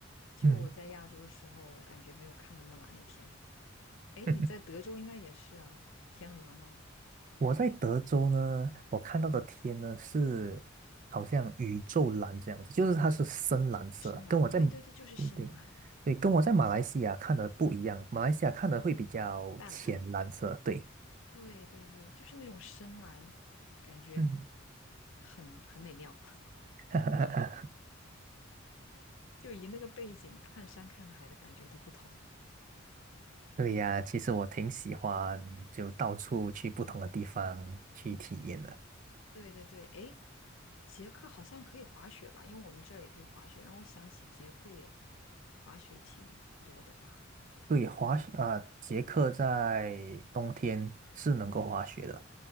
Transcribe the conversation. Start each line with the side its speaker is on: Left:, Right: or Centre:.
Left: 就我在亚洲的时候，
Right: 嗯，
Left: 我感觉没有看过那么蓝的天。哎，你在德州应该也是啊，
Right: <laughs>
Left: 天很蓝吗？
Right: 我在德州呢，我看到的天呢是好像宇宙蓝这样子，就是它是深蓝色，
Left: 深蓝，
Right: 跟我在
Left: 对对对，就是深蓝，
Right: 对对对，跟我在马来西亚看的不一样，马来西亚看的会比较浅蓝色，
Left: 淡蓝，
Right: 对，
Left: 对对对，就是那种深蓝，感觉
Right: 嗯，
Left: 很很美妙，
Right: <laughs>
Left: <laughs> 就以那个背景看山看海的感觉都不同。
Right: 对呀，其实我挺喜欢就到处去不同的地方去体验的。
Left: 对对对，哎，捷克好像可以滑雪吧？因为我们这儿也可以滑雪，让我想起捷克也滑雪挺多的吧。
Right: 对，滑雪啊，捷克在冬天是能够滑雪的。